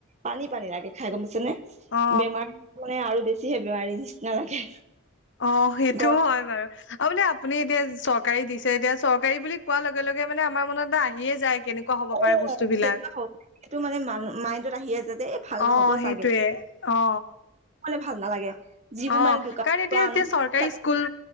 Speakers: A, on the right (about 30°); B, on the left (about 55°).
A: পানী পানী লাগে খাই গম পাইছে নে
B: অ
A: বেমাৰ মানে আৰু বেছিহে বেমাৰীৰ নিচিনা লাগে।
B: অ, সেইটোও
A: গৰম
B: হয় বাৰু। আৰু মানে আপুনি দি চৰকাৰী দিছে এতিয়া। চৰকাৰী বুলি কোৱাৰ লগে লগে মানে আমাৰ মনত এটা আহিয়ে যায়। কেনেকুৱা হ'ব
A: অ,
B: পাৰে বস্তুবিলাক
A: কেনেকোৱা হ'ব? এইটো মানে মা মাইণ্ডত আহিয়ে যায় যে এই ভাল
B: অ
A: নহ'ব চাগে।
B: সেইটোৱে অ।
A: নকলে ভাল নালাগে। যিবোৰ
B: অ,
A: মানে দোকানৰ
B: কাৰ এতিয়া
A: পৰা
B: এতিয়া
A: আনো
B: চৰকাৰী
A: চাগে
B: স্কুল,